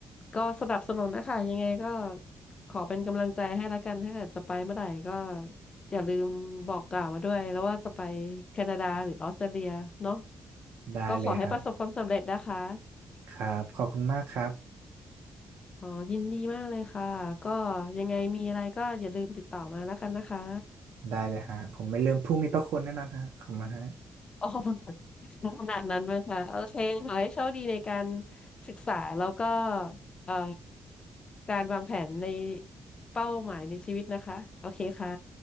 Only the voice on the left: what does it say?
ก็สนับสนุนนะคะยังไงก็ขอเป็นกำลังใจให้ละกันถ้าเกิดจะไปเมื่อไหร่ก็อย่าลืมบอกกล่าวมาด้วยแล้วว่าจะไปแคนาดาหรือออสเตรเลียเนาะ
ก็ขอให้ประสบความสำเร็จนะคะ
อ๋อยินดีมากเลยค่ะก็ยังไงมีอะไรก็อย่าลืมติดต่อมาแล้วกันนะคะ
อ๋อ <laughs> ขนาดนั้นมั้งคะโอเคขอให้โชคดีในการศึกษาแล้วก็เอ่อการวางแผนในเป้าหมายในชีวิตนะคะโอเคค่ะ